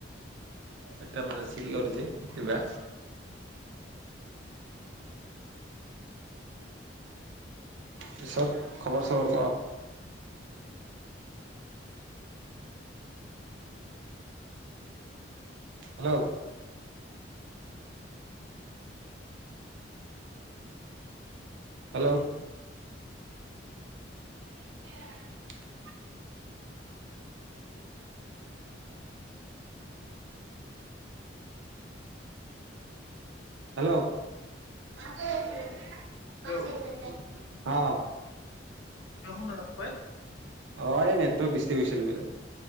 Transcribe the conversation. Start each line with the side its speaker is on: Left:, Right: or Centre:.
Right: এতিয়া মানে আছ কি কৰিছে কিবা। পিছত খবৰ চবৰ ক হেল্ল' হেল্ল' <unintelligible> হেল্ল' <unintelligible>
Left: হেল্ল'
Right: পাছফাইলতে অঁ।
Left: তখন নাপায়
Right: অ, এ নে তই বষ্টি গৈছিলি বোলে।